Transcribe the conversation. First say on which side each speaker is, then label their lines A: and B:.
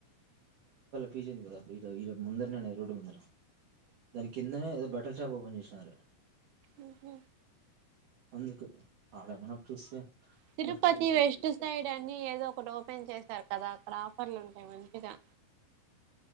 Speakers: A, on the right; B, on the right.
A: పించిందిదా అప్పుడు ఇ ముందరనేది రోడ్డు ముర దాని కింద ఏదో హోటల్ షాప్ ఓపెన్ చేసినారు
B: ఆహ
A: అందుకు ఆడేమన్నా చూస్తే
B: తిరుపతి
A: బట్టలు గిట్టలు
B: వెస్ట్
A: తీసుకో
B: సైడ్ అన్ని ఏదో ఒకటి ఓపెన్ చేశారు కదా అక్కడ ఆఫర్లు ఉంటాయి మంచిగా